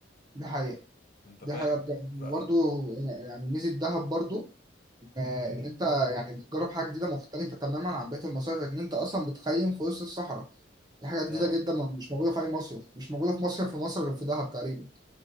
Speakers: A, on the right (about 20°); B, on the left (about 50°).
A: دي حقيقة
B: انت
A: دي
B: فاهم
A: حقيقة بجد
B: ف
A: وبرضه يعني ميزة دهب برضه آه، ان انت يعني بتجرب حاجة جديدة مختلفة تماما عن بقية المصايف ان انت اصلا بتخيم في وسط الصحراء دي حاجة جديدة
B: اه
A: جدا ما- مش موجودة في أي مصيف مش موجودة في مصيف في مصر غير في دهب تقريبا